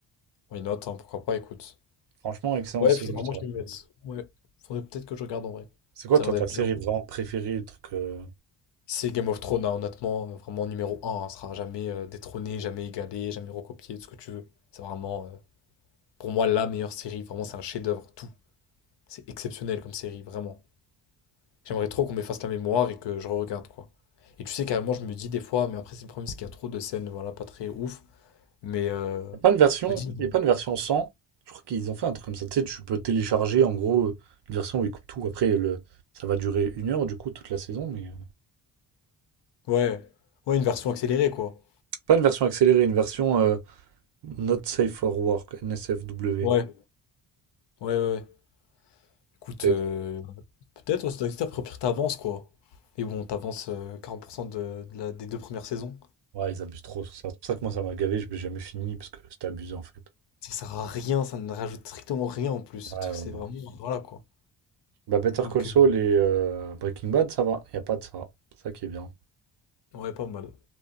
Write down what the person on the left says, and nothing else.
Oui, note, hein, pourquoi pas, écoute.
Ouais,
faudrait vraiment
que
je m'y mette. Ouais, faudrait peut-être que je regarde en vrai.
Ça
a l'air
d'être
bien.
C'est Game of Thrones, hein, honnêtement, euh, vraiment numéro un. hein, ça sera jamais euh, détrôné, jamais égalé, jamais recopié, tout ce que tu veux. C'est vraiment, euh, pour moi, la meilleure série. Vraiment, c'est un chef-d'œuvre, tout. C'est exceptionnel comme série, vraiment. J'aimerais trop qu'on m'efface la mémoire et que je re-regarde, quoi. Et tu sais, carrément, je me dis des fois, mais après, c'est le problème, c'est qu'il y a trop de scènes, voilà, pas très ouf. Mais euh,
je me dis,
ouais, ouais, une version accélérée, quoi.
Ouais, ouais, ouais. ouais. Écoute,
euh, peut-être ouais, ça doit exister, après, au pire, t'avances, quoi. Mais bon, t'avances euh, 40% de, de la- des deux premières saisons.
Ça sert à rien, ça ne rajoute strictement rien en plus. Ce
truc,
c'est
vraiment. Voilà, quoi.
Donc,
euh,
ouais, pas mal.